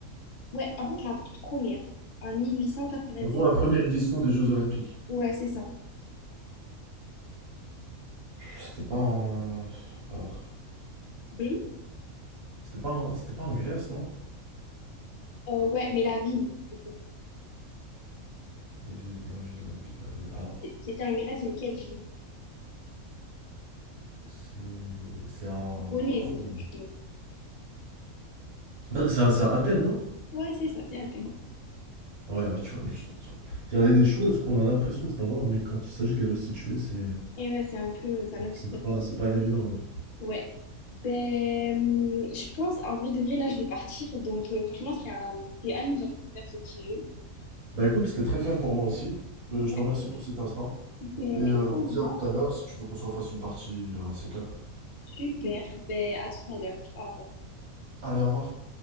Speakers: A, on the left; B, on the right.
A: Ouais, en fait, la toute première, en 1896.
B: En gros, la première édition des Jeux Olympiques.
A: Ouais, c'est ça.
B: C'était pas en. Alors.
A: Hmm
B: C'était pas en... C'était pas en Grèce, non?
A: Euh, ouais, mais la ville, du coup.
B: La ville, la ville, la ville, la ville. Alors.
A: C'est- C'était en Grèce, mais quelle ville?
B: C'est. C'est à.
A: Bonnet, c'est
B: où
A: sûr que tu connais.
B: Ah, C'est à, c'est à Athènes, non?
A: Ouais, c'est ça, c'est Athènes.
B: Ouais, bah tu vois, mais. je- je- Il y en a des choses qu'on a l'impression de savoir, mais quand il s'agit de les restituer, c'est.
A: Et ouais, c'est un peu, ça notre
B: C'est pas, c'est pas évident, ouais.
A: Ouais. Ben, hum, je pense, en vrai de vrai, là, je vais partir. Donc, euh, franchement, c'est un- c'est amusant de faire ce petit jeu.
B: Bah écoute, c'était très fun pour moi aussi. Euh,
A: Ouais.
B: Je te remercie pour cet instant.
A: Ben,
B: Et euh,
A: et
B: on
A: là,
B: se dit à tout à l'heure si tu veux qu'on se refasse une partie, euh, un de ces quatre.
A: super. Ben, à tout à l'heure. Au revoir.
B: Allez, au revoir.